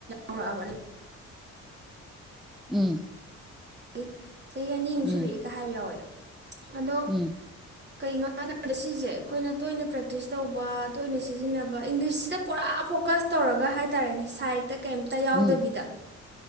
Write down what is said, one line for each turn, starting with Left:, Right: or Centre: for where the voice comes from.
Right: ꯧꯕ
Centre: ꯎꯝ
Right: ꯑꯩ ꯆꯍꯤ ꯑꯅꯤꯃꯨꯛ
Centre: ꯎꯝ
Right: ꯁꯨꯔꯛꯑꯦꯒ ꯍꯥꯏꯕ ꯌꯥꯎꯋꯦ ꯑꯗꯣ
Centre: ꯎꯝ
Right: ꯀꯩꯅꯣ ꯍꯥꯏ ꯁꯤꯁꯦ ꯑꯩꯈꯣꯏꯅ ꯇꯣꯏꯅ ꯄ꯭ꯔꯦꯛꯇꯤꯁ ꯇꯧꯕ ꯇꯣꯏꯅ ꯁꯤꯖꯤꯟꯅꯕ ꯏꯪꯂꯤꯁꯁꯤꯗ ꯄꯨꯔꯥ ꯐꯣꯀꯁ ꯇꯧꯔꯒ ꯍꯥꯏꯇꯥꯔꯦꯅꯦ ꯁꯥꯏꯠ ꯑꯝꯇ ꯀꯩꯝꯇ ꯌꯥꯎꯗꯕꯤꯗ
Centre: ꯎꯝ